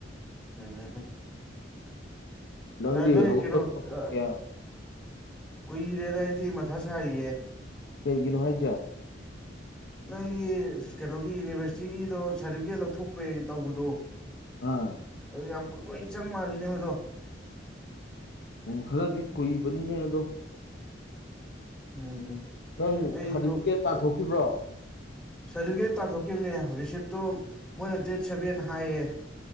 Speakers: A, in the centre; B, on the left (about 65°).
A: ꯎꯝ ꯎꯝ ꯎꯝ
B: ꯅꯪꯗꯤ
A: ꯑꯥꯏ ꯅꯣꯏ
B: ꯍꯧꯒꯠꯄ
A: ꯀꯩꯅꯣꯒꯤ
B: ꯀꯌꯥꯝ
A: ꯑꯥ
B: ꯀꯨꯏꯔꯒꯦ
A: ꯀꯨꯏꯔꯦꯗ ꯑꯩꯗꯤ ꯃꯊꯥ ꯁꯥꯔꯤꯌꯦ
B: ꯀꯩꯒꯤꯅꯣ ꯍꯥꯏꯖꯦ
A: ꯅꯣꯏꯒꯤ ꯀꯩꯅꯣꯒꯤ ꯌꯨꯅꯤꯚꯔꯁꯤꯇꯤꯒꯤꯗꯣ ꯁꯥꯔꯗꯤꯕꯤꯒꯦꯠ ꯂꯧꯊꯣꯛꯄꯩ ꯇꯧꯕꯗꯣ
B: ꯑꯥ
A: ꯑꯗꯨ ꯌꯥꯝ ꯀꯨꯏ ꯀꯨꯏ ꯆꯪ ꯃꯥꯜꯂꯤꯅꯦ ꯃꯗꯣ
B: ꯎꯨꯡ ꯈꯔꯗꯤ ꯀꯨꯏꯕꯅꯤꯅꯦ ꯑꯗꯣ
A: ꯎꯝ
B: ꯅꯪ
A: ꯑꯩꯗꯣ
B: ꯁꯥꯔꯗꯤꯕꯤꯒꯦꯠ ꯇꯥꯟꯊꯣꯛꯈꯤꯕ꯭ꯔꯣ
A: ꯁꯥꯔꯗꯤꯕꯤꯒꯦꯠ ꯇꯥꯟꯊꯣꯛꯈꯤꯝꯅꯦ ꯔꯤꯁꯤꯞꯇꯨꯝ ꯃꯣꯏꯅ ꯗꯦꯠ ꯁꯚꯦꯟ ꯍꯥꯏꯌꯦ